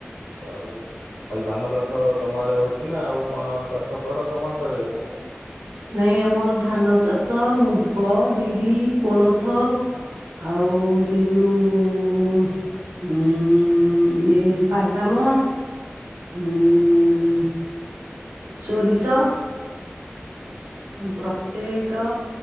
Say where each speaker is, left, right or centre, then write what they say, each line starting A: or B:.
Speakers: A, on the left; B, on the right.
A: ଆଉ ଖାଲି ଧାନ ଚାଷ ତମ ଆଡେ ହୋଉଛି ନା, ଆଉ କଣ ଚାଷ କର ତମ ସେକରେ।
B: <unintelligible> ନାଇଁ ଆମର ଧାନ ଚାଷ, ମୁଗ, ବିରି, କୋଳଥ। ଆଉ, ସେ ଯୋଉଁ-ଉଁ-ଉ ହୁଁ -ଉଁ -ଉଁ ଇଏ ବାଦାମ। ହୁଁ -ଉଁ -ଉଁ ସୋରିଷ। ପ୍ରତ୍ୟେକ